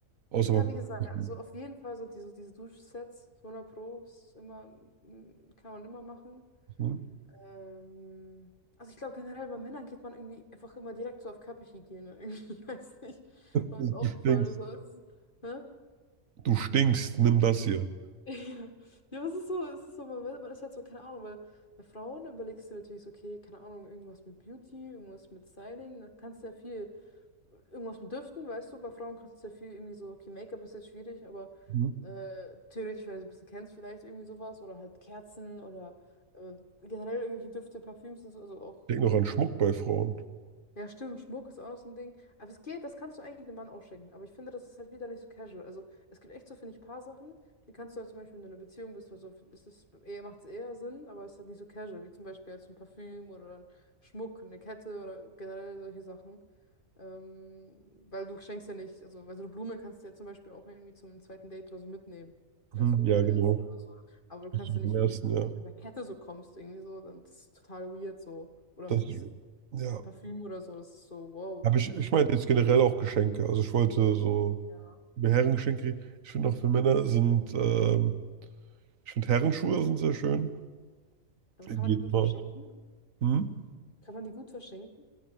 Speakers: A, on the right; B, on the left.
A: Außer.
B: ja, wie gesagt,
A: Mhm.
B: also auf jeden Fall so diese, diese Duschsets, 100 Pro, ist immer, mm, kann man immer machen.
A: <laughs>
B: Ähm, also ich glaube generell bei Männern geht man irgendwie einfach immer direkt so auf Körperhygiene. <laughs> Irgendwie, ich weiß nicht, ob
A: Du
B: es aufgefallen
A: stinkst.
B: ist, aber es ist, hä? <laughs>
A: Du stinkst, nimm das hier.
B: Ja, ja, aber es ist so, es ist so, man, weiß- man ist halt so, keine Ahnung, weil bei Frauen überlegst du natürlich so, okay, keine Ahnung, irgendwas mit Beauty, irgendwas mit Styling, da kannst du ja viel, irgendwas mit Düften, weißt du, bei Frauen kannst du ja viel irgendwie so, okay, Make-up ist jetzt schwierig, aber
A: Mhm.
B: äh, theoretisch, wenn du es ein bisschen kennst, vielleicht irgendwie sowas oder halt Kerzen oder äh, generell irgendwelche Düfte, Parfüms und so, also auch
A: Ich denke noch an Schmuck bei Frauen.
B: Ja, stimmt, Schmuck ist auch noch so ein Ding. Aber es geht, das kannst du eigentlich einem Mann auch schenken. Aber ich finde, das ist halt wieder nicht so casual. Also, es gibt echt so, finde ich, paar Sachen, die kannst du halt zum Beispiel, wenn du in einer Beziehung bist oder so, das ist eher, macht es eher Sinn, aber es ist halt nicht so casual, wie zum Beispiel halt so ein Parfüm oder ein Schmuck, eine Kette oder generell solche Sachen. Ähm, weil du schenkst ja nicht, also, weil so eine Blume kannst du ja zum Beispiel auch irgendwie zum zweiten Date oder so mitnehmen.
A: Mhm.
B: Weißt du,
A: Ja,
B: oder
A: genau.
B: erst oder so. Aber du kannst
A: Das ist
B: ja nicht,
A: Im ersten,
B: wenn
A: ja.
B: du mit einer Kette so kommst, irgendwie so, dann das ist es total weird so. Oder
A: Das,
B: mit
A: ja.
B: ein Parfüm oder so, das ist so, wow.
A: Aber ich, ich
B: So.
A: meinte jetzt generell auch Geschenke. Also ich wollte so
B: Ja.
A: Mir Herrengeschenke, ich finde auch für Männer sind, ähm, ich finde Herrenschuhe sind sehr schön.
B: Aber
A: Geht
B: kann man die gut
A: immer.
B: verschenken?
A: Hm?
B: Kann man die gut verschenken?